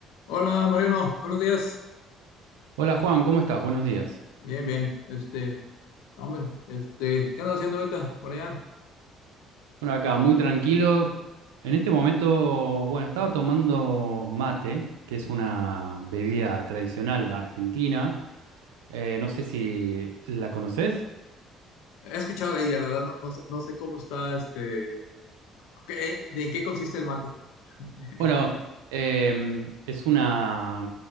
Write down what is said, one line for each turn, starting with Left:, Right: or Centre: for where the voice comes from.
Left: Hola Mariano, buenos días.
Right: Hola Juan, ¿cómo estás? Buenos días.
Left: Bien, bien. Este, hombre, este, ¿qué andas haciendo ahorita por allá?
Right: Bueno, acá muy tranquilo. En este momento, bueno, estaba tomando mate, que es una bebida tradicional argentina. Eh, no sé si la conoces.
Left: He escuchado de ella, la verdad, no, no sé, no sé cómo está, este, qué- de en qué consiste el mate. <laughs>
Right: Bueno, em, es una,